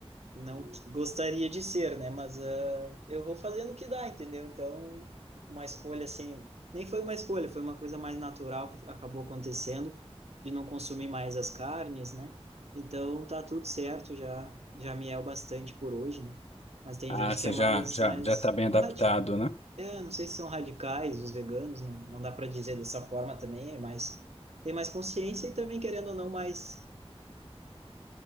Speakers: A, on the right; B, on the left.
A: não gostaria de ser, né, mas ah, eu vou fazendo o que dá, entendeu? Então, uma escolha assim, nem foi uma escolha, foi uma coisa mais natural que acabou acontecendo de não consumir mais as carnes, né? Então, tá tudo certo, já já me é o bastante por hoje, né? Mas tem
B: Ah,
A: gente
B: você
A: que é mais
B: já, já,
A: mais
B: já tá bem
A: não
B: adaptado,
A: radi
B: né?
A: é, não sei se são radicais os veganos, não, não dá para dizer dessa forma também, é mais tem mais consciência e também querendo ou não mais